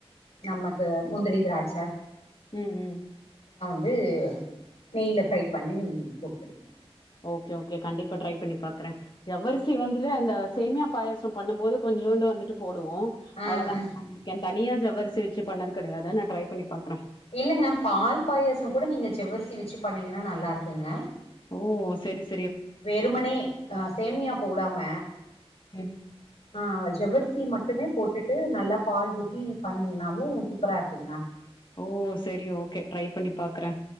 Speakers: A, on the left; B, on the left.
A: நமக்கு முந்திரி திராட்சை
B: ம் ம்
A: வந்து நெய்யில ஃப்ரை பண்ணி போட்டுதுங்க
B: ஓகே ஒகே கண்டிப்பா ட்ரை பண்ணி பாக்குறேன் ஜவ்வரசி வந்து இல்ல அந்த சேமியா பாயாசம் பண்ணும் போது கொஞ்சூண்டு வந்துட்டு போ டுவோம்
A: ஆ
B: அவ்வளவுதான்
A: ஆ
B: <unintelligible> தனியா ஜவ்வரிசி வச்சு பண்ணது கெடையாது நான் ட்ரை பண்ண பாக்கறேன்
A: இல்லங்க பால் பாயசம் கூட நீங்க ஜவ்வரிசி வச்சு பன்னீங்கன்னா நல்லா இருக்குங்க
B: ஓ செரி செ
A: வெறுமணே ஆ சேமியா போடாம
B: ம்
A: ஆ ஜவ்வரிசி மட்டுமே போட்டுட்டு நல்லா பால் ஊத்தி பண்ணீங்கினாலும் சூப்பரா இருக்குங்க
B: ஓ சரி ஓகே ட்ரை பண்ணி பாக்குறேன்